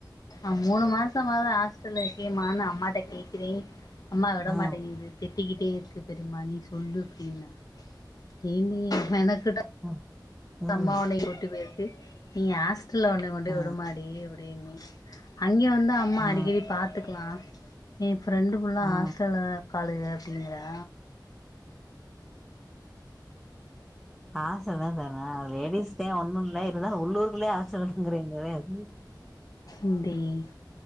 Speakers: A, on the left; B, in the centre.
A: ஆ மூணு மாஸ் மாசமாவது ஹாஸ்டல்ல இருக்கேமான் அம்மாட்ட கேக்குறே அம்மா விட
B: ஆ
A: மாட்டிங்குது திட்டிக்கிட்டே இருக்கு தெரிமா நீ சொல்லு அப்டின்னா ஏன்டி மெனக்கெட்டு
B: ம் ம்
A: அம்மா ஒன்ன இங்க வுட்டு போயிருக்கு நீ ஹாஸ்டல்ல ஒன்ன கொண்டு
B: ஆ
A: போய் விடுமாடி அப்டின்னே அங்கே வந்து அம்மா
B: ஆ
A: அடிக்கடி பாத்துக்லா எ ஃப்ரெண்டு ஃபுல்லா
B: ஆ
A: ஹாஸ்டல்லதா இரு காளுக அப்பிடிங்கிறா
B: ஹாஸ்டல்லா சேற்றா அது லேடிஸ்தே ஒன்னு இல்ல இருந்தாளு உள்ளூர்க்குள்ளயே ஹாஸ்டல் இருக்குங்குறீங்களே அது
A: ம் டேய்